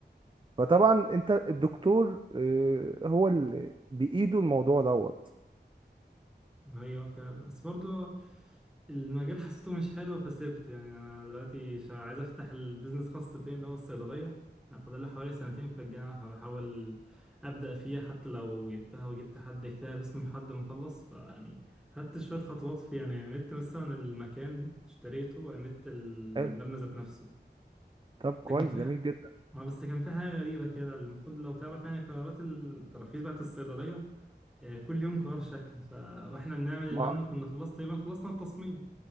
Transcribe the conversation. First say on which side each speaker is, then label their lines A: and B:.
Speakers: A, on the right; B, in the centre.
A: فطبعا انت الدكتور آه، هو اللي بإيده الموضوع دوت
B: ايوه فعلا بس برضو المجال حسيته مش حلو فسيبت يعني انا دلوقتي شا- عايز افتح البيزنس خاص بيا اللي هو الصيدليه انا فاضل لي حوالي سنتين في الجامعه فبحاول ابدا فيها حتى لو جبتها وجبت حد يكتبها باسمي لحد ما اخلص فيعني خدت شويه خطوات في يعني عملت مثلا المكان اشتريته وعملت المبنى
A: حلو
B: ذات نفسه
A: طب كويس
B: بس كان في
A: جميل
B: ح-
A: جدا
B: اه بس كان في حاجه غريبه كده المفروض لو تعرف يعني قرارات التراخيص بتاعت الصيدليه آه، كل يوم قرار شكل ف... واحنا بنعمل اللي
A: ما
B: لم كنا خلاص تقريبا خلصنا التصميم